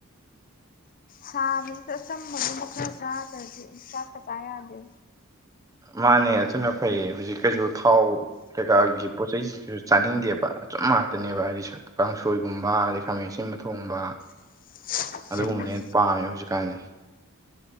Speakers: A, on the left; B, on the right.
A: ꯁꯥꯕꯁꯤꯗ ꯑꯆꯝꯕꯗꯨ ꯑꯃ ꯈꯔ ꯆꯥꯗ꯭ꯔꯗꯤ ꯆꯥꯛ ꯀ ꯆꯥ ꯌꯥꯗꯦ
B: ꯃꯥꯅꯦ ꯑꯗꯨꯅ ꯐꯩ ꯍꯧꯖꯤꯛ ꯀꯩꯁꯨ ꯊꯥꯎ ꯀꯩꯀꯥꯒꯤ ꯄꯣꯠꯆꯩꯁꯤ ꯀꯩꯁꯨ ꯆꯥꯅꯤꯡꯗꯦꯕ ꯆꯞ ꯉꯥꯛꯇꯅꯦꯕ ꯍꯥꯏꯕꯗꯤ ꯀꯥꯡꯁꯣꯏꯒꯨꯝꯕ ꯑꯗꯩ ꯈꯥꯃꯦꯟ ꯑꯁꯤꯟꯕ ꯊꯣꯡꯕ
A: <inaudible>
B: ꯑꯗꯨꯒꯨꯝꯕꯅ
A: ꯎꯝ
B: ꯄꯥꯝꯃꯦ ꯍꯧꯖꯤꯛꯀꯥꯟꯗꯤ